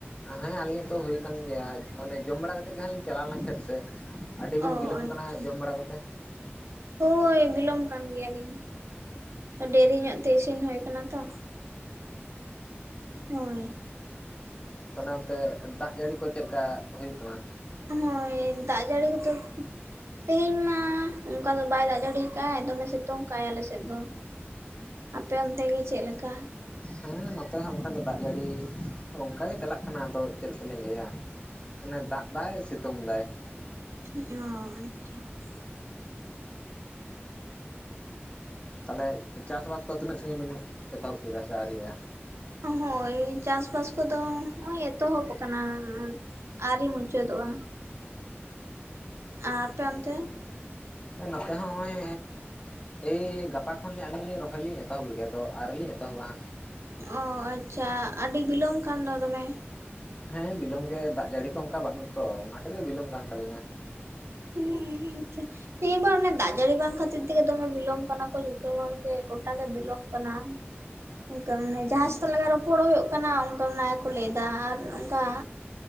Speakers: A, on the left (about 25°); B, on the right (about 80°).
A: ᱦᱮᱸ ᱟᱹᱞᱤᱧᱟᱜ ᱛᱚ ᱦᱩᱭ ᱠᱟᱱ ᱜᱮᱭᱟ ᱚᱱᱮ ᱡᱚᱢ ᱵᱟᱲᱟ ᱠᱟᱛᱮ ᱜᱮᱦᱟᱸᱜ ᱞᱤᱧ ᱪᱟᱞᱟᱣ ᱞᱮᱱᱟ ᱠᱷᱮᱛ ᱥᱮᱫ᱾ ᱟᱹᱰᱤ ᱵᱤᱱ
B: ᱚ
A: ᱵᱤᱞᱚᱢ
B: ᱟᱪᱪᱷᱟ
A: ᱠᱟᱱᱟ ᱡᱚᱢ ᱵᱟᱲᱟ ᱠᱟᱛᱮ
B: ᱦᱳᱭ ᱵᱤᱞᱚᱢ ᱠᱟᱱ ᱜᱮᱭᱟᱞᱤᱧ᱾ ᱰᱮᱨᱤ ᱧᱚᱜ
A: ᱦᱩᱸ
B: ᱛᱮ ᱤᱥᱤᱱ ᱦᱩᱭ ᱠᱟᱱᱟ ᱛᱚ ᱦᱳᱭ᱾
A: ᱛᱟᱞᱦᱮ ᱚᱱᱛᱮ ᱫᱟᱜ ᱡᱟᱹᱲᱤ ᱠᱚ ᱪᱮᱜ ᱞᱮᱠᱟ ᱦᱩᱭᱩᱜ ᱠᱟᱱᱟ?
B: ᱦᱳᱭ ᱫᱟᱜ ᱡᱟᱹᱲᱤ ᱠᱚᱫᱚ ᱛᱮᱦᱮᱸᱧ ᱢᱟ ᱚᱱᱠᱟ ᱫᱚ ᱵᱟᱭ ᱫᱟᱜ ᱡᱟᱹᱲᱤ ᱠᱟᱜᱟᱭ ᱫᱚᱢᱮ ᱥᱤᱛᱩᱝ ᱠᱟᱭ ᱟᱞᱮ ᱥᱮᱫ ᱫᱚ ᱟᱯᱮ ᱚᱱᱛᱮ ᱜᱮ ᱪᱮᱜ ᱞᱮᱠᱟ?
A: ᱦᱮᱸ ᱱᱚᱛᱮ ᱦᱚᱸ ᱚᱱᱠᱟᱜᱮ ᱫᱟᱜ ᱡᱟᱹᱲᱤ ᱚᱱᱠᱟᱜᱮ ᱪᱟᱞᱟᱜ ᱠᱟᱱᱟ ᱟᱫᱚ ᱪᱮᱫ ᱞᱮᱠᱟᱞᱤᱧ ᱞᱟᱹᱭᱟ᱾ ᱟᱱᱮ ᱫᱟᱜ ᱫᱟᱭ ᱥᱤᱛᱩᱝ ᱫᱟᱭ᱾
B: ᱚᱻ ᱟᱪᱪᱷᱟ᱾
A: ᱛᱟᱦᱞᱮ ᱪᱟᱥ ᱵᱟᱥ ᱠᱚ ᱛᱤᱱᱟᱹᱜ ᱥᱟᱸᱜᱤᱧ ᱵᱤᱱ ᱮᱛᱚᱦᱚᱵ ᱠᱮᱫᱟ ᱥᱮ ᱟᱹᱨᱤᱭᱟᱜᱼᱟ?
B: ᱦᱳᱭ ᱪᱟᱥ ᱵᱟᱥ ᱠᱚᱫᱚ ᱱᱚᱜᱼᱚᱭ ᱮᱛᱚᱦᱚᱵ ᱠᱟᱱᱟ᱾ ᱟᱹᱨᱤ ᱢᱩᱪᱟᱹᱫᱚᱜᱼᱟ ᱟᱯᱮ ᱚᱱᱛᱮ?
A: ᱱᱚᱛᱮ ᱦᱚᱸᱚᱭ ᱮᱭ ᱜᱟᱯᱟ ᱠᱷᱚᱱ ᱞᱤᱧ ᱟᱹᱞᱤᱧ ᱞᱤᱧ ᱨᱚᱦᱚᱭ ᱞᱤᱧ ᱮᱛᱚᱦᱚᱵ ᱞᱮᱜᱮ ᱟᱫᱚ ᱟᱨᱞᱤᱧ ᱮᱛᱚᱦᱚᱵᱟ ᱦᱟᱸᱜ᱾
B: ᱚ ᱟᱪᱪᱷᱟ ᱟᱹᱰᱤ ᱵᱤᱞᱚᱢ ᱠᱟᱱ ᱫᱚ ᱫᱚᱢᱮ᱾
A: ᱦᱮᱸ ᱵᱤᱞᱚᱢ ᱜᱮ ᱫᱟᱜ ᱡᱟᱹᱲᱤ ᱠᱚ ᱚᱝᱠᱟ ᱵᱟᱹᱱᱩᱜ ᱛᱚ ᱚᱱᱟ ᱠᱷᱟᱛᱤᱨ ᱜᱮ ᱵᱤᱞᱚᱢ ᱠᱟᱱ ᱛᱟᱹᱞᱤᱧᱟ᱾
B: <unintelligible> ᱛᱮᱦᱤ ᱵᱟ ᱚᱱᱮ ᱫᱟᱜ ᱡᱟᱹᱲᱤ ᱵᱟᱝ ᱠᱷᱟᱹᱛᱤᱨ ᱛᱮᱜᱮ ᱫᱚᱢᱮ ᱵᱤᱞᱚᱢ ᱠᱟᱱᱟ ᱠᱚ ᱡᱷᱚᱛᱚ ᱦᱚᱲ ᱜᱮ ᱜᱚᱴᱟ ᱜᱮ ᱵᱤᱞᱚᱢ ᱠᱟᱱᱟ᱾ ᱚᱱᱠᱟ ᱢᱟᱱᱮ ᱡᱟᱦᱟᱸ ᱥᱮᱛᱚ ᱞᱟᱜᱟ ᱨᱚᱯᱚᱲᱚᱜ ᱦᱩᱭᱩᱜ ᱠᱟᱱᱟ ᱚᱱᱠᱟ ᱚᱱᱟ ᱜᱮ ᱠᱚ ᱞᱟᱹᱭᱫᱟ ᱟᱨ ᱚᱱᱠᱟ